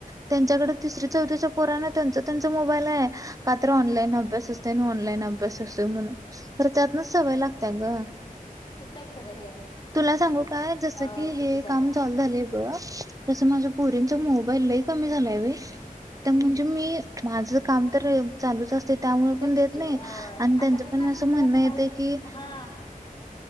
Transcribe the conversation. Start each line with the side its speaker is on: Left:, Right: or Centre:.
Right: त्यांच्याकडे तिसरी चौथीच्या पोराना त्यांचा त्यांचा मोबाईल आहे. का तर ऑनलाईन अभ्यास अस- त्याना ऑनलाईन अभ्यास असतोय म्हणून. तर त्यातनच सवय लागतात ग
Left: चुकीचं आहे खरं हे
Right: तुला सांगू का? जस
Left: हो
Right: की
Left: चुकीचं
Right: हे
Left: आहे
Right: काम चालू झालय - तस माझ्या पोरींचा मोबाईल लई कमी झालाय. व्हय तर म्हणजे
Left: हम्म
Right: मी- माझं काम तर चालूच असतय त्यामुळ-
Left: तेच
Right: पण देत
Left: की
Right: नाही.
Left: होय
Right: आणि त्यांच
Left: आता मी
Right: पण
Left: आद्विकाला
Right: अस म्हणणं येतय
Left: काल
Right: की-
Left: हा